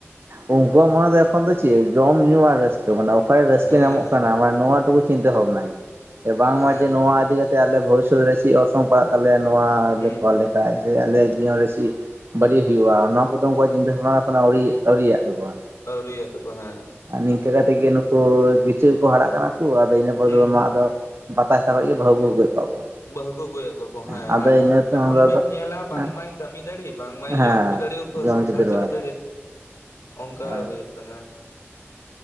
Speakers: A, on the right; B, on the left.
A: ᱩᱱᱠᱩᱣᱟᱜ ᱢᱚᱱᱮ ᱫᱚ ᱮᱠᱷᱚᱱ ᱫᱚ ᱪᱮᱫ ᱡᱚᱢ ᱧᱩᱣᱟᱨ ᱨᱟᱹᱥᱠᱟᱹ ᱢᱟᱱᱮ ᱚᱠᱟᱨᱮ ᱨᱟᱹᱥᱠᱟᱹ
B: ᱦᱮᱸ
A: ᱧᱟᱢᱚᱜ ᱠᱟᱱᱟ ᱱᱚᱣᱟ ᱴᱩᱠᱩ ᱪᱤᱱᱛᱟᱹ ᱵᱷᱟᱵᱱᱟᱭ ᱵᱟᱝᱢᱟ
B: ᱦᱮᱸ ᱦᱮᱸ
A: ᱡᱮ ᱱᱚᱣᱟ ᱤᱫᱤ ᱠᱟᱛᱮ ᱟᱞᱮ ᱵᱷᱚᱵᱤᱥᱚᱛ ᱨᱮ ᱪᱮᱫ ᱚᱨᱥᱚᱝ ᱯᱟᱲᱟᱜ᱾ ᱛᱟᱦᱚᱞᱮ ᱱᱚᱣᱟ
B: ᱦᱩᱸ
A: ᱞᱮ ᱠᱚᱣᱟᱞᱮ
B: ᱦᱩᱸ
A: ᱡᱮ ᱟᱞᱮᱭᱟᱜ ᱡᱤᱭᱚᱱ ᱨᱮᱥᱤ ᱵᱟᱹᱲᱤᱡ ᱦᱩᱭᱩᱜᱼᱟ ᱱᱚᱣᱟ ᱠᱚᱫᱚ ᱩᱱᱠᱩᱣᱟᱜ ᱪᱤᱱᱛᱟᱹ ᱵᱷᱟᱵᱽᱱᱟ ᱠᱚᱱᱟ ᱟᱣᱨᱤ ᱟᱹᱣᱨᱤᱭᱟᱜ ᱛᱟᱠᱚᱣᱟ
B: ᱟᱹᱣᱨᱤᱭᱮᱫ ᱛᱟᱠᱚ ᱦᱮᱸ
A: ᱱᱤᱝᱠᱟᱹ ᱠᱟᱛᱮᱫ ᱜᱮ ᱱᱩᱠᱩ ᱜᱤᱪᱟᱹᱠᱚ ᱦᱟᱨᱟᱜ ᱠᱟᱱᱟ ᱠᱚ ᱟᱫᱚ ᱤᱱᱟᱹ ᱯᱚᱨ
B: ᱦᱩᱸ
A: ᱫᱚ
B: ᱦᱩᱸ
A: ᱢᱟ ᱟᱫᱚ ᱵᱟᱛᱟ ᱦᱟᱛᱟ ᱠᱷᱚᱱ ᱜᱮ ᱵᱟᱹᱩ ᱠᱚ ᱟᱹᱜᱩᱭᱮᱫ ᱠᱚᱣᱟ ᱠᱚ
B: ᱵᱟᱹᱦᱩ ᱠᱚ ᱟᱹ ᱜᱩᱭᱮᱫ ᱠᱚᱣᱟ ᱠᱚ ᱦᱮᱸ
A: ᱟᱫᱚ
B: ᱟᱨ
A: ᱤᱱᱟᱹ ᱛᱮᱦᱚᱸ
B: ᱮᱢᱚᱱ
A: ᱟᱫᱚ
B: ᱵᱮᱱ ᱧᱮᱞᱟ ᱵᱟᱝᱢᱟᱭ
A: ᱦᱮᱸ
B: ᱠᱟᱹᱢᱤ ᱫᱟᱲᱮᱜ ᱵᱟᱝᱢᱟᱭ
A: ᱦᱮᱸ
B: ᱡᱚᱢ ᱦᱚᱪᱚ ᱫᱟᱲᱮ ᱟᱠᱚᱣᱟ
A: ᱡᱚᱢ
B: ᱥᱚᱝᱥᱟᱨᱮ
A: ᱦᱚᱪᱚ ᱫᱚᱨᱠᱟᱨ
B: ᱪᱟᱹᱞᱩ ᱫᱟᱲᱮᱭᱟᱜ ᱚᱱᱠᱟ
A: ᱟᱨ
B: ᱦᱩᱭᱩᱜ ᱠᱟᱱᱟ